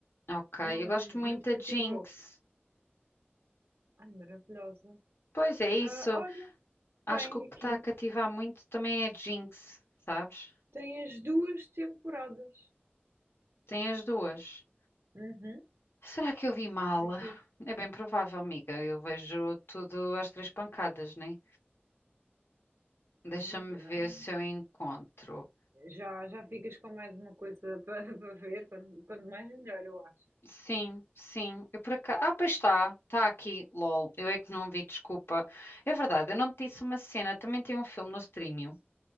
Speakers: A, on the left; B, on the right.
A: Ok,
B: Não,
A: eu gosto muito
B: não te
A: da
B: cativou.
A: Jinx.
B: Ai, maravilhosa.
A: Pois é isso.
B: Ah, olha,
A: Acho
B: tem
A: que o que
B: aqui,
A: está a cativar muito também é a Jinx, sabes?
B: tem as duas temporadas.
A: Tem as duas.
B: Uhum,
A: Será que eu vi mal?
B: aqui.
A: É bem provável, amiga. Eu vejo tudo às três pancadas, né? Deixa-me
B: Olha,
A: ver
B: ah,
A: se eu encontro.
B: já, já ficas com mais uma coisa <laughs> para para ver, quando, quando mais melhor, eu acho.
A: Sim, sim. Eu por acaso... Ah, pois está. Está aqui. LOL. Eu é que não vi, desculpa. É verdade, eu não te disse uma cena. Também tem um filme no streaming.